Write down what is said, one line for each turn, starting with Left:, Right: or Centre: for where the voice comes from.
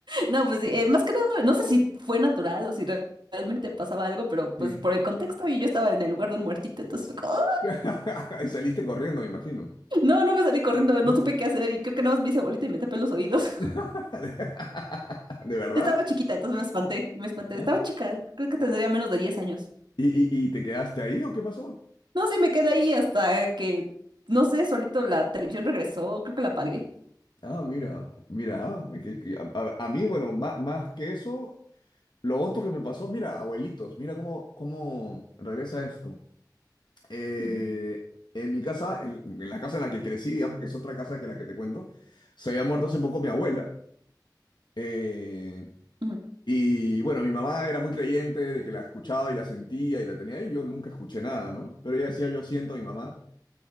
Right: No, pues sí, eh, más que nada, no sé si fue natural o si re- realmente pasaba algo, pero
Left: Sí.
Right: pues por el contexto y yo estaba en el lugar de un muertito, entonces fue como, ¡ah!
Left: <laughs> Y saliste corriendo, me imagino.
Right: No, no me salí corriendo,
Left: ¿No?
Right: no supe qué hacer y creo que nada más me hice bolita y me tapé los oídos.
Left: <laughs>
Right: <laughs>
Left: ¿De verdad?
Right: Estaba chiquita, entonces me espanté, me espanté.
Left: Ajá.
Right: Estaba chica, creo que tendría menos de 10 años.
Left: ¿Y, y- y te quedaste ahí o qué pasó?
Right: No, sí, me quedé ahí hasta que, no sé, solito la televisión regresó, creo que la apagué.
Left: Ah, mira, mira, ah, que- que- a, a- a mí, bueno, más, más que eso, lo otro que me pasó, mira, abuelitos, mira cómo, cómo regresa esto. Eh,
Right: Ujú,
Left: en mi casa, en, en la casa en la que crecí, digamos que es otra casa que la que te cuento, se había muerto hace poco mi abuela. Eh,
Right: ujú,
Left: y bueno, mi mamá era muy creyente de que la escuchaba y la sentía y la tenía ahí. Yo nunca escuché nada, ¿no? Pero ella decía, yo siento a mi mamá.